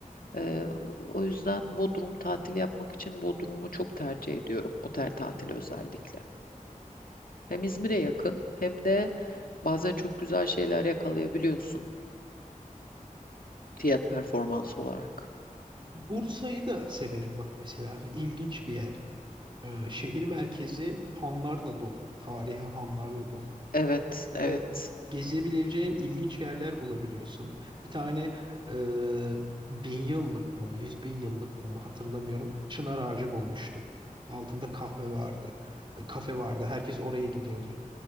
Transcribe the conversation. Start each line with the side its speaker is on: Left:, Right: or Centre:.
Left: Eee, o yüzden Bodrum tatil yapmak için Bodrum'u çok tercih ediyorum otel tatili özellikle. Hem İzmir'e yakın hem de bazen çok güzel şeyler yakalayabiliyorsun fiyat performans olarak.
Right: Bursa'yı da severim bak mesela. İlginç bir yer. Ee, şehir merkezi hanlarla dolu. Tarihi hanlarla dolu.
Left: Evet,
Right: Böyle
Left: evet.
Right: gezebileceğin ilginç yerler bulabiliyorsun. Bir tane e, bin yıllık mı, yüz bin yıllık mı hatırlamıyorum. Çınar ağacı bulmuştum. Altında kahve vardı. E, kafe vardı. Herkes oraya gidiyordu.